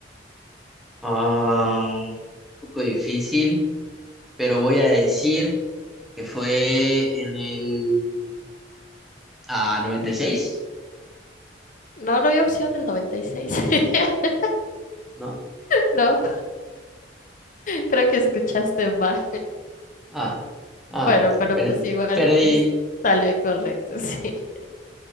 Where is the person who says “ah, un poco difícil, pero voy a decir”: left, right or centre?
Centre